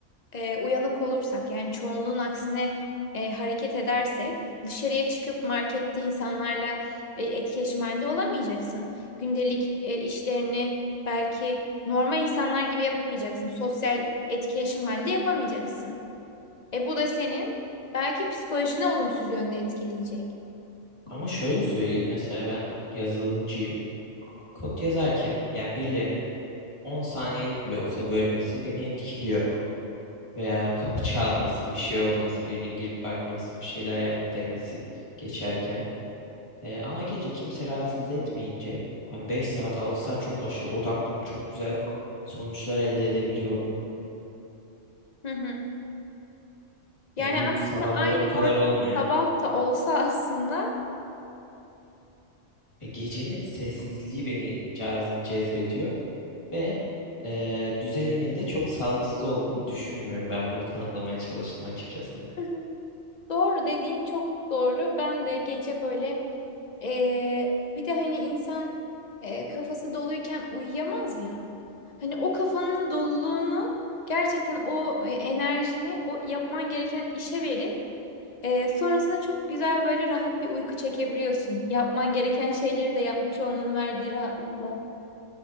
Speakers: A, on the left; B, on the left.
A: e, uyanık olursak yani çoğunluğun aksine e, hareket edersek dışarıya çıkıp markette insanlarla e, etkileşim halinde olamayacaksın. Gündelik e, işlerini Belki normal insanlar gibi yapamayacaksın. Sosyal etkileşim halinde yapamayacaksın. E bu da senin belki psikolojine olumsuz yönde etkileyecek.
B: Ama şöyle söyleyeyim mesela ben yazılımcıyım. Kod yazarken yani birilerinin 10 saniyelik bile olsa bölmesi beni etkiliyor. Veya kapı çalması, bir şey olması, birinin girip bakması, bir şeyler yapma demesi geçerken. Ee, ama gece kimse rahatsız etmeyince ben 5 saat 6 saat çok aşırı odaklanıp çok güzel sonuçlar elde edebiliyorum.
A: Hı hı. Yani
B: Yani bu
A: aslında
B: sabahlara
A: aynı
B: bu kadar
A: ortam
B: olmuyor.
A: sabah da olsa aslında
B: E, gecenin sessizliği beni caz- cezbediyor ve e, düzenimin de çok sağlıksız olduğunu düşünmüyorum. Ben bunu kanıtlamaya çalıştım açıkçası.
A: <laughs> doğru dediğin çok doğru. Ben de gece böyle e, bir de hani insan e, kafası doluyken uyuyamaz ya. Hani o kafanın doluluğunu gerçekten o e, enerjini o yapman gereken işe verip Ee, sonrasında çok güzel böyle rahat bir uyku çekebiliyorsun. Yapman gereken şeyleri de yapmış olmanın verdiği rahatlıkla.